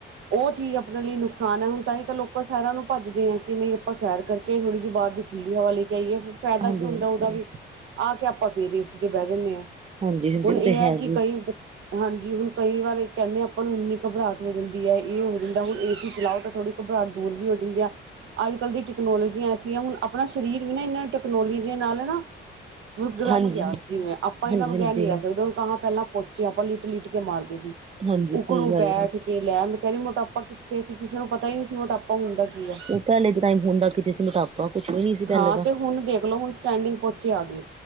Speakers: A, on the right; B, on the right.
A: ਉਹ ਚੀਜ਼ ਆਪਣੇ ਲਈ ਨੁਕਸਾਨ ਹੈ ਹੁਣ ਤਾਂ ਹੀ ਤਾਂ ਲੋਕਾਂ ਸੈਰਾਂ ਨੂੰ ਭੱਜਦੇ ਆ ਕਿ ਨਹੀਂ ਆਪਾਂ ਸੈਰ ਕਰਕੇ ਥੋੜ੍ਹੀ ਜਿਹੀ ਬਾਹਰ ਦੀ ਖੁੱਲੀ ਹਵਾ ਲੈ ਕੇ ਆਈਏ ਫਿਰ ਫਾਇਦਾ
B: ਹਾਂਜੀ-ਹਾਂਜੀ,
A: ਕੀ ਹੁੰਦਾ ਉਹਦਾ ਵੀ ਆ ਕੇ ਆਪਾਂ ਫੇਰ ਏਸੀ ਚ ਬਹਿ ਜਾਂਦੇ ਹਾਂ
B: ਹਾਂਜੀ-ਹਾਂਜੀ
A: ਹੁਣ
B: ਉਹ
A: ਇਹ
B: ਤੇ
A: ਹੈ ਕਿ
B: ਜੀ।
A: ਕਈ ਹਾਂਜੀ ਹੁਣ ਕਈ ਵਾਰ ਕਹਿੰਦੇ ਆਪਾਂ ਨੂੰ ਇੰਨੀ ਘਬਰਾਹਟ ਹੋ ਜਾਂਦੀ ਹੈ ਇਹ ਹੋ ਜਾਂਦਾ ਹੁਣ ਏ ਸੀ ਚਲਾਓ ਤਾਂ ਥੋੜ੍ਹੀ ਘਬਰਾਹਟ ਦੂਰ ਵੀ ਹੋ ਜਾਂਦੀ ਆ ਅੱਜ ਕੱਲ੍ਹ ਦੀ ਟੈਕਨੋਲੋਜੀ ਐਸੀ ਆ ਹੁਣ ਆਪਣਾ ਸਰੀਰ ਵੀ ਨਾ ਇਹਨਾਂ ਟੈਕਨੋਲੋਜੀ ਦੇ ਨਾਲ ਨਾ ਬੁਕਰਮ
B: ਹਾਂਜੀ,
A: ਗਿਆ ਸੀ ਮੈਂ ਆਪਾਂ ਇਹਨਾਂ
B: ਹਾਂਜੀ-ਹਾਂਜੀ,
A: ਬਗ਼ੈਰ ਨੀ ਰਹਿ
B: ਹਾਂਜੀ
A: ਸਕਦੇ ਹੁਣ ਪਹਿਲਾਂ ਪੁੱ ੱਚੇ ਆਪਾਂ ਲਿਟ ਲਿਟ ਕੇ ਮਾਰਦੇ ਸੀ
B: ਹਾਂਜੀ
A: ਉਕੜੂ
B: ਸਹੀ ਗੱਲ
A: ਬੈਠ
B: ਹੈ।
A: ਕੇ ਲੈਮ ਤੇ ਮੋਟਾਪਾ ਕਿ ਇੱਥੇ ਸੀ ਕਿਸੇ ਨੂੰ ਪਤਾ ਹੀ ਨਹੀਂ ਸੀ ਮੋਟਪਾ ਹੁੰਦਾ ਕੀ ਆ
B: ਉਹ ਪਹਿਲੇ ਦੇ ਟਾਈਮ ਹੁੰਦਾ ਕਿਤੇ ਸੀ ਮੋਟਾਪਾ ਕੁਛ ਵੀ ਨਹੀਂ ਸੀ ਪਹਿਲੇ
A: ਹਾਂ
B: ਤਾਂ
A: ਤੇ ਹੁਣ ਦੇਖਲੋ ਹੁਣ ਸਟੈਂਡਿੰਗ ਪੋਚੇ ਆ ਗਏ